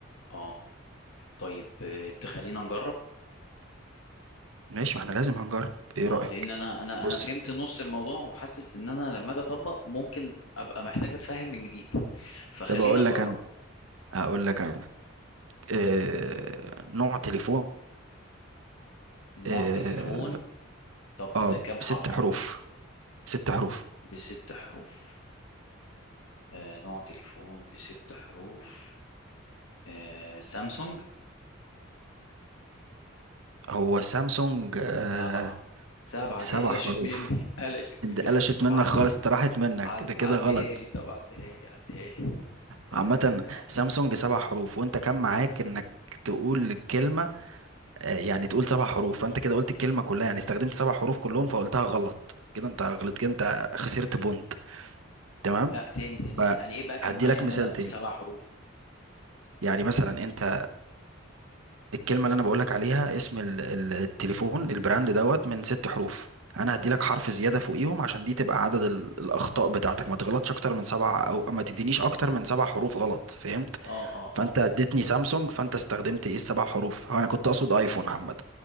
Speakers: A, on the left; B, on the right.
A: اه طيب آه، تخلينا نجرب
B: ماشي ما احنا لازم هنجرب ايه
A: اه
B: رايك
A: لان انا انا
B: بص
A: انا فهمت نص الموضوع وحاسس ان انا لما اجي اطبق ممكن ابقى محتاج اتفهم من جديد فخلينا
B: طب اقول
A: نجرب
B: لك انا هقول لك انا آه... نوع تليفون
A: نوع
B: اه
A: تليفون طب
B: آه،
A: ده كام حرف
B: ست حروف ست حروف
A: بست حروف آه نوع تليفون بست حروف آه سامسونج
B: هو سامسونج آه
A: سبعة سبعة
B: سبع
A: دي قلشت
B: حروف
A: مني <laughs> قلشت
B: انت
A: مني
B: قلشت
A: طب
B: منك
A: عديها
B: خالص انت راحت منك
A: عد...
B: ده كده
A: عديها
B: غلط
A: لي طب عديها لي عديها لي
B: عامة
A: آه
B: سامسونج سبع حروف وانت كان معاك انك تقول الكلمة آه يعني تقول سبع حروف فانت كده قلت الكلمة كلها يعني استخدمت سبع حروف كلهم فقلتها غلط كده انت غلطت كده انت خسرت بونت تمام
A: لا تاني تاني
B: فهدي
A: يعني ايه بقى كان معايا
B: لك
A: ان
B: مثال
A: انا اقول
B: تاني
A: سبع حروف
B: يعني مثلا انت الكلمة اللي أنا بقولك عليها اسم ال- ال- التليفون البراند دوت من ست حروف أنا هديلك حرف زيادة فوقيهم عشان دي تبقى عدد ال- الأخطاء بتاعتك ما تغلطش أكتر من سبع أو ما تدينيش أكتر من سبع حروف غلط فهمت
A: اه اه اه
B: فأنت
A: مثلا
B: اديتني سامسونج فأنت استخدمت إيه السبع حروف هو أنا كنت أقصد أيفون عامة